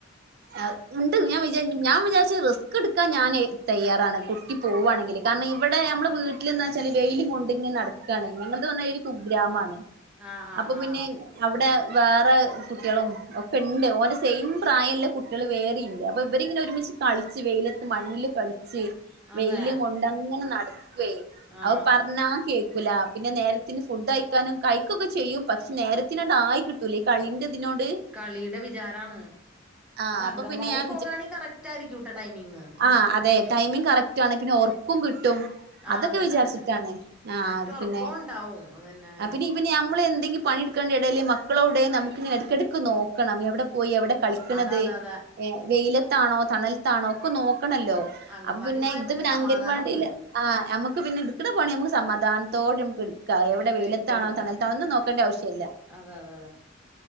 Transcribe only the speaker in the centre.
ആ ആ
ആ
അതെ
ആ
കളിയുടെ വിചാരാണ്
അത്
അങ്കൻവാടി
പോകാണെങ്കി കറക്റ്റായിരിക്കുംട്ടോ ടൈമിങ്
ആ
അതന്നെ
അതന്നെ
കറക്റ്റ് ഉറക്കോം
ഉണ്ടാവും അതന്നെ
അതെ അതെ അതെ
അംഗൻവാടി
പോയാ
സമാധാനം
ഉണ്ട്
എടുക്ക
എടുക്ക എടുക്ക
അതെ അതെ അതെ